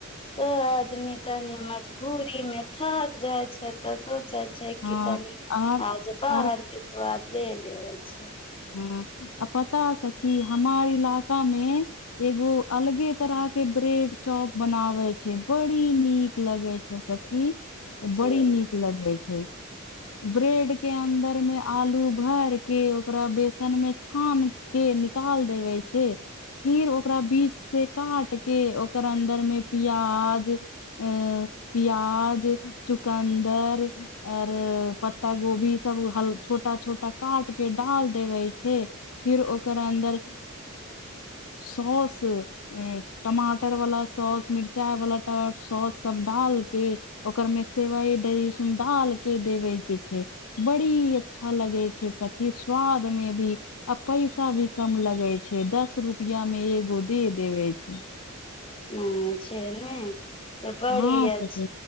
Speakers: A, on the left; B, on the left.
A: त आदमी तनि मजबूर दिन मे थक जा- अच्छा तऽ स <unintelligible>
B: हँ आर आर
A: ले लेबै छै
B: ह आ पता सखी हमार इलाका मे एगो अलगे तरह के ब्रेड चाप बनाबे छै बड़ी नीक लगे छै सखी
A: जी
B: बड़ी नीक लगे छै ब्रेड के अन्दर में आलू भर के ओकरा बेसन मे छान के निकाल देवे छै फिर ओकरा बीच से काट के ओकर अन्दर में प्याज प्याज चुकन्दर आओर पत्ता गोभी सब छोटा छोटा काट के डाल देवे छै फिर ओकर अन्दर सॉस टमाटर वाला सौस मिरचाई वाला सौस सब डाल के ओकर मे सेवई दहीसब डाल के देवे के छै बड़ी अच्छा लगे छै के स्वाद मे भी आ पैसा भी कम लगे छै दस रुपआ मे एगो दे देवे छै
A: माँ छै ने बड़ी
B: हँ सखी
A: अछि